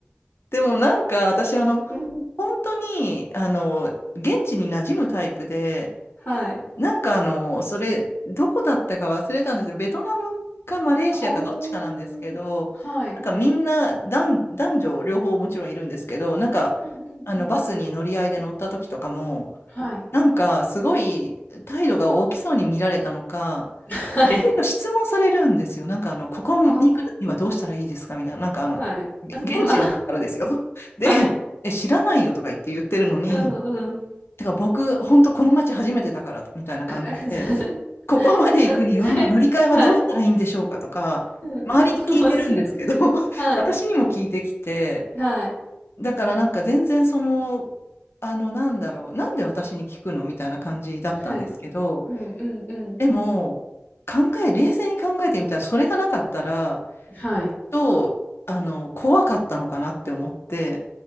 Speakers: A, on the left; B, on the left.
A: でもなんか私あの
B: うん。
A: 本当にあの現地に馴染むタイプで
B: はい。
A: なんかあのそれどこだったか忘れたんですけどベトナムかマレーシアかどっちかなんですけどなんかみんな男、
B: おおはい。
A: 男女両方もちろんいるんですけどなんかあのバスに乗り合いで乗った時とかも
B: うんうんうん。はい。
A: なんか、すごい態度が大きそうに見られたのか、
B: はい。
A: いろいろ質問されるんですよ。なんか、あの、ここに行くにはどうしたらいいですかみたいな。
B: あ
A: なんか、あの、
B: あ、はい。
A: げ現地の人からですよ。
B: うん、<laughs> あ、
A: <laughs> で、
B: はい。
A: え、知らないよとか言って言ってるのに、
B: うんうん。
A: てか僕、本当この街初めてだからと、
B: <laughs>
A: みたいな感じで、
B: いや、<laughs>
A: ここまで行くには乗り換えはどうしたらいいんでしょうかとか、
B: はい。うんうん、
A: 周りに聞いてるんですけど、
B: <laughs> 面白い。
A: <laughs>
B: はい。
A: 私にも聞いてきて、
B: はい。
A: だからなんか全然その、あの、なんだろう、なんで私に聞くのみたいな感じだったんですけど、
B: はい。うんうんうん。
A: でも、考え、冷静に考えてみたら、それがなかったら、
B: はい。
A: と、あの、怖かったのかなって思って、